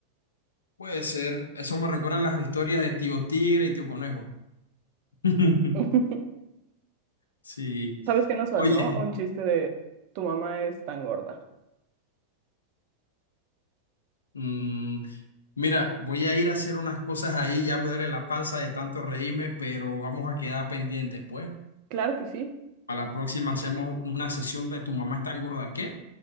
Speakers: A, on the left; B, on the right.
A: Puede ser. Eso me recuerda a las historias de Tío Tigre y Tío Conejo. <laughs>
B: <laughs>
A: Sí.
B: ¿Sabes qué nos faltó?
A: Oye,
B: Un chiste de tu mamá es tan gorda.
A: mm, mira, voy a ir a hacer unas cosas ahí, ya me duele la panza de tanto reírme, pero vamos a quedar pendientes, pues.
B: Claro que sí,
A: Para la próxima hacemos una sesión de tu mamá es tan gorda, ¿qué?